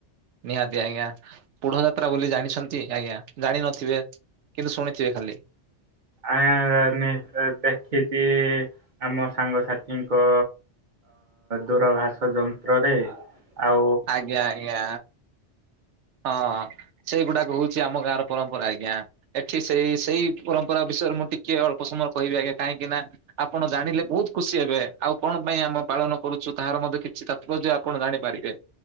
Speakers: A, on the right (about 80°); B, on the right (about 45°).
A: ନିହାତି ଆଜ୍ଞା ପୁଢ ଯାତ୍ରା ବୋଲି ଜାଣିଛନ୍ତି ଆଜ୍ଞା ଜାଣିିନଥିବେ କିନ୍ତୁ ଶୁଣିଥିବେ ଖାଲି
B: ଆ ଦେଖିଚି ଆମ ସାଙ୍ଗସାଥି କ ଦୂରଭାଷ ଯନ୍ତ୍ରରେ ଆଉ
A: ଆଜ୍ଞା ଆଜ୍ଞା। ହଁ ସେଇଗୁଡାକ ହଉଛି ଆମ ଗାଁର ପରମ୍ପରା ଆଜ୍ଞା ଏଠି ସେଇ ସେଇ ପରମ୍ପରା ବି ବିଷୟରେ ମୁଁ ଟିକେ ଅଳ୍ପ ସମୟ କହିବି ଆଜ୍ଞା କାହିଁକିନା ଆପଣ ଜାଣିଲେ ବହୁତ ଖୁସି ହେବେ ଆଉ କଣ ପାଇଁ ଆମେ ପାଳନ କରୁଛୁ ତାହାର ମଧ୍ୟ କିଛି ତାତ୍ପର୍ଯ୍ୟ ଆପଣ ଜାଣିପାରିବେ।